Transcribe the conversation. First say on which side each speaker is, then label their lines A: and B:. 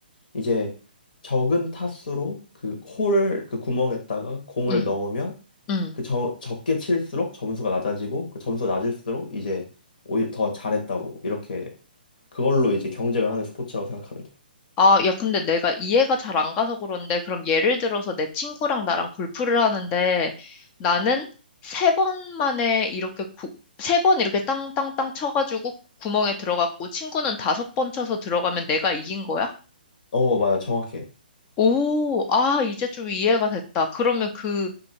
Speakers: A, on the left; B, on the left.
A: 이제 적은 타수로 그 홀을 그 구멍에다가 공을
B: 응,
A: 넣으면
B: 응.
A: 그 저, 적게 칠수록 점수가 낮아지고 그 점수가 낮을수록 이제 오히려 더 잘했다고 이렇게 그걸로 이제 경쟁을 하는 스포츠라고 생각하면 돼.
B: 아, 야, 근데 내가 이해가 잘 안 가서 그런데, 그럼 예를 들어서 내 친구랑 나랑 골프를 하는데, 나는 세 번 만에 이렇게, 세 번 이렇게 땅땅땅 쳐가지고 구멍에 들어갔고, 친구는 다섯 번 쳐서 들어가면 내가 이긴 거야?
A: 어, 맞아. 정확해.
B: 오, 아, 이제 좀 이해가 됐다. 그러면 그,